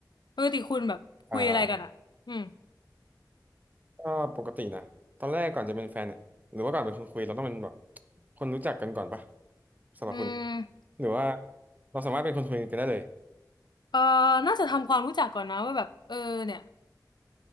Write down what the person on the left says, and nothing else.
ปกติคุณแบบคุยอะไรกันอ่ะอืม
อืม
เออน่าจะทำความรู้จักก่อนนะว่าแบบเออเนี่ย